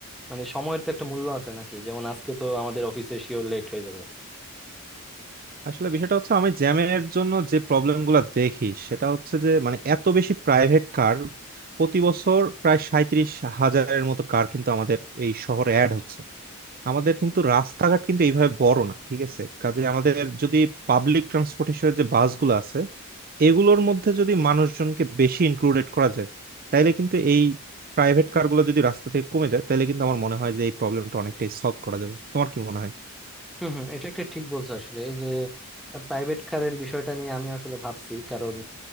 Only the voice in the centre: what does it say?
মানে সময়ের তো একটা মূল্য আছে নাকি যেমন আজকে তো আমাদের অফিসে শিওর লেট হয়ে যাবে
হম হম এটা একটা ঠিক বলছো আসলে এই যে প্রাইভেট কারের বিষয়টা নিয়ে আমি আসলে ভাবছি কারণ